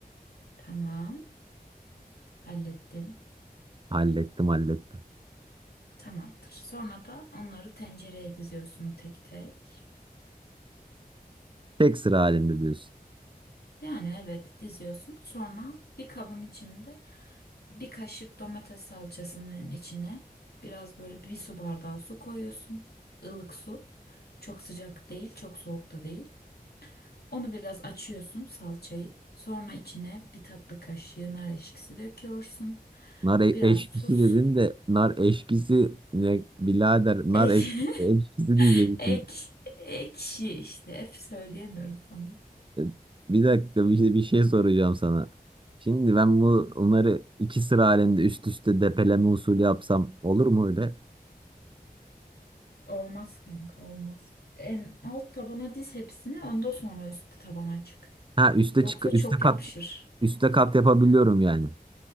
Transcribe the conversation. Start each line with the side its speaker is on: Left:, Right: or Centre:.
Left: Tamam, hallettin.
Right: Hallettim hallettim.
Left: Tamamdır. Sonra da onları tencereye diziyorsun tek tek.
Right: Tek sıra halinde diyorsun.
Left: Yani evet diziyorsun. Sonra bir kabın içinde bir kaşık domates salçasının içine biraz böyle bir su bardağı su koyuyorsun. Ilık su. Çok sıcak değil, çok soğuk da değil. Onu biraz açıyorsun salçayı. Sonra içine bir tatlı kaşığı nar ekşisi döküyorsun.
Right: Nar e-
Left: Biraz
Right: eşkisi
Left: tuz.
Right: dedin de nar eşkisi ne birader nar
Left: Ek,
Right: ek-
Left: <laughs>
Right: eşkisi diyeceksin.
Left: ek, ekşi işte. Hep söyleyemiyorum tamam.
Right: E, Bir dakika bir, şey- bir şey soracağım sana. Şimdi ben bu onları iki sıra halinde üst üste depeleme usulü yapsam olur mu öyle?
Left: Olmaz kanka olmaz. En alt tabana diz hepsini ondan sonra üst tabana çık.
Right: Ha üste
Left: Yoksa
Right: çık üste
Left: çok
Right: kat
Left: yapışır.
Right: üste kat yapabiliyorum yani.